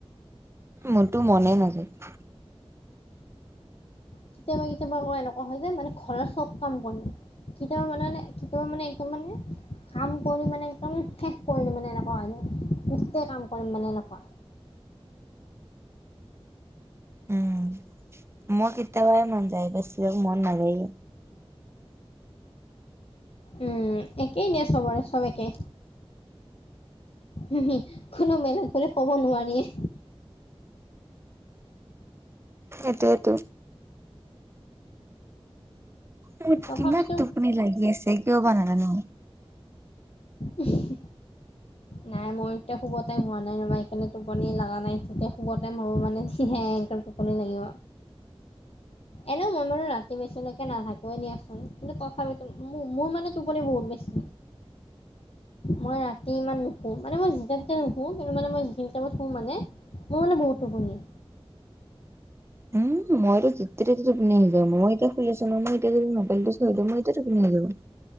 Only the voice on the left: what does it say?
কেতিয়াবা -কেতিয়াবা আকৌ এনেকুৱা হয় যে মানে ঘৰৰ চব কাম কৰিম। কেতিয়াবা মানে -মানে কেতিয়াবা মানে একদম মানে কাম কৰি মানে একদম শেষ কৰি দিম মানে এনেকুৱা হয় নে গোটেই কাম কৰিম মানে এনেকুৱা।
উম একেই দিয়া চবৰে চব একেই হো হি কোনো মেলেগ বুলি ক'ব নোৱাৰিয়ে
তথাপিতো
উম হু নাই মই এতিয়া শুব টাইম হোৱা নাই ৰবা সেকাণে টোপনি লগা নাই তেতিয়া শুব টাইম হ'ব মানে যি হে একদম টো পনি লাগিব। এনেও মই মানে ৰাতি বেচিলৈকে নাথাকোৱে দিয়াচোন কিন্তু তথাপিতো মোৰ মোৰ মানে টোপনি বহুত বেছি মই ৰাতি ইমান নুশু মানে মই যেতিয়া তেতিয়া নুশু কিন্তু মানে মই যি টাইমত শু মানে মো মানে বহুত টোপনি